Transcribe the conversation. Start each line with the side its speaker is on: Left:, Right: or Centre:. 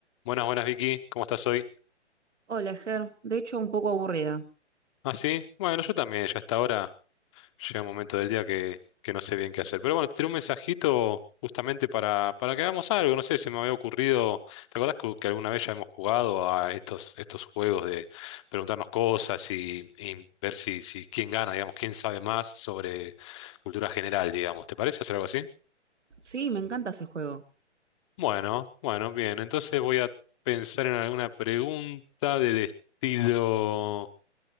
Left: Buenas, buenas Vicky, ¿cómo estás hoy?
Right: Hola, Ger. De hecho, un poco aburrida.
Left: Ah, sí, bueno, yo también, ya hasta ahora llega un momento del día que, que no sé bien qué hacer. Pero bueno, te tiré un mensajito justamente para, para que hagamos algo, no sé, se me había ocurrido, ¿te acuerdas que, que alguna vez ya hemos jugado a estos, estos juegos de preguntarnos cosas y, y ver si, si quién gana, digamos, quién sabe más sobre cultura general, digamos, ¿te parece hacer algo así?
Right: Sí, me encanta ese juego.
Left: Bueno, bueno, bien. Entonces voy a pensar en alguna pregunta del estilo.